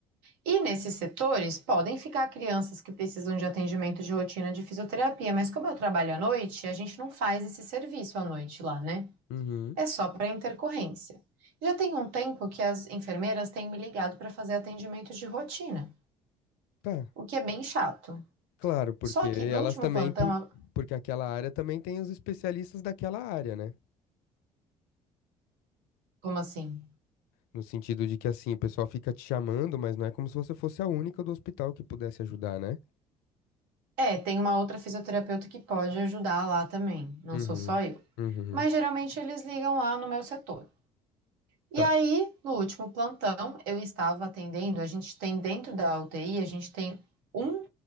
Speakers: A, on the right; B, on the left.
A: E nesses setores podem ficar crianças que precisam de atendimento de rotina de fisioterapia, mas como eu trabalho à noite, a gente não faz esse serviço à noite lá, né?
B: Uhum,
A: É só para intercorrência. Já tem um tempo que as enfermeiras têm me ligado para fazer atendimento de rotina,
B: tá.
A: o que é bem chato.
B: Claro, porque
A: Só que no
B: elas
A: último
B: também,
A: plantão,
B: po- porque aquela área também tem os especialistas daquela área, né?
A: como assim?
B: No sentido de que, assim, o pessoal fica te chamando, mas não é como se você fosse a única do hospital que pudesse ajudar, né?
A: É, tem uma outra fisioterapeuta que pode ajudar lá também, não
B: Uhum,
A: sou só eu.
B: uhum,
A: Mas geralmente eles ligam lá no meu setor. E
B: tá.
A: aí, no último plantão, eu estava atendendo, a gente tem dentro da UTI, a gente tem um